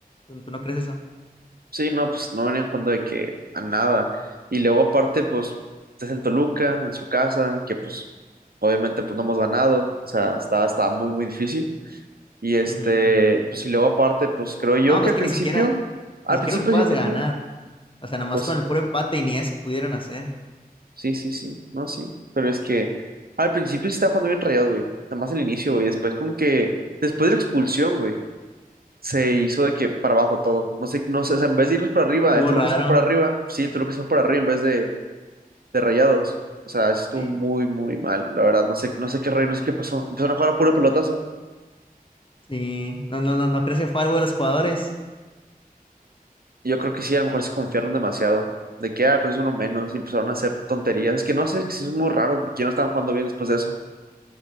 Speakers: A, on the left; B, on the right.
A: ¿Tú, tú no crees eso?
B: Sí, no, pues no venían jugando de que a nada. Y luego aparte, pues, es el Toluca en su casa, que pues obviamente pues no hemos ganado. O sea, estaba, estaba muy, muy difícil. Y este,
A: Ujú.
B: pues y luego aparte, pues creo yo
A: No, pues
B: que al
A: que
B: principio,
A: ni siquiera,
B: al
A: ni siquiera
B: principio
A: ocupabas
B: sí tenía,
A: de ganar. O sea, nomás
B: pues
A: con el puro empate y ni eso pudieron hacer.
B: Sí, sí, sí, no, sí. Pero es que al principio sí estaba jugando bien rayado, güey. Nada más el inicio, güey. Después, como que después de la expulsión, güey, se hizo de que para abajo todo. No sé, no sé, o sea, en vez de irnos para arriba,
A: Estuvo
B: el Toluca
A: raro.
B: se fue para arriba. Sí, el Toluca se fue para arriba en vez de, de rayados. O sea, eso estuvo
A: Sí,
B: muy, muy mal, la verdad. No sé, no sé qué rayo no sé qué pasó. Empezaron a jugar a puro pelotazo.
A: sí. No, no, no, ¿no crees que fue algo de los jugadores?
B: Y yo creo que sí, a lo mejor se confiaron demasiado. De que, ah, pues es uno menos. Y empezaron a hacer tonterías. Es que no sé, es que sí es muy raro porque ya no estaban jugando bien después de eso.